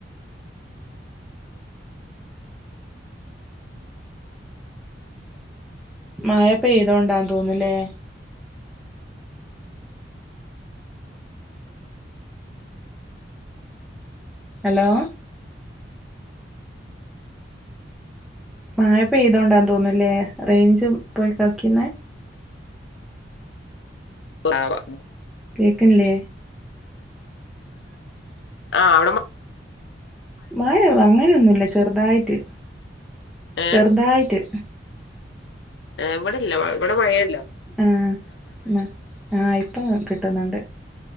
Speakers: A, in the centre; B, on the left.
A: മാഴ പെയ്തോണ്ടാന്ന് തോന്നുലേ അലോ മായ പെയ്തോണ്ടാന്ന് തോന്നൂല്ലേ റേഞ്ച് പോയി കളിക്നെ
B: ആവ
A: കേക്ക്ണ്ല്ലേ
B: ആഹ് അവിടെ മ
A: മഴോ അങ്ങനെയൊന്നുല്ല ചെർതായിറ്റ്
B: ഏഹ്
A: ചെർതായിറ്റ്
B: ഏഹ് ഇവിടെല്ല ഇവിടെ മഴയെല്ല
A: ആഹ് ന്നാ ആയി ഇപ്പ കിട്ട്ണ്ണ്ട്